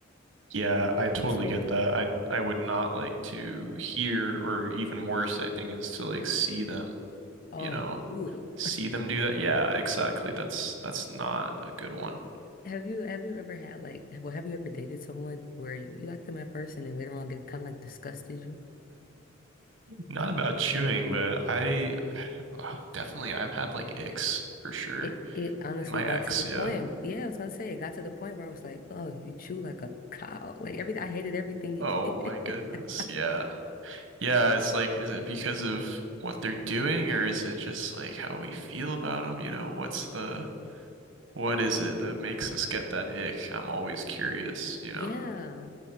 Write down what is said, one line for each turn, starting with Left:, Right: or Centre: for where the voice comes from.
Right: Yeah, I totally
Left: So,
Right: get that. I I would not like to hear or even worse, I think, is to like see them.
Left: <laughs> oh,
Right: you know,
Left: ugh.
Right: see them do that. Yeah, exactly. That's that's not a good one.
Left: Have you have you ever had like well have you ever dated someone where you, you liked them at first and then later on they kind of like disgusted you?
Right: Not about chewing, but I Oh, definitely, I've had like icks for sure.
Left: It it honestly
Right: My ex,
Left: got to the
Right: yeah.
Left: point. where- Yeah, I was gonna say it got to the point where I was like, "Oh, you chew like a cow." Like everything, I hated everything you
Right: Oh
Left: did.
Right: my goodness.
Left: <laughs>
Right: Yeah. Yeah, it's like, is it because of what they're doing or is it just like how we feel about them? You know, what's the, what is it that makes us get that ick? I'm always curious, you
Left: Yeah.
Right: know?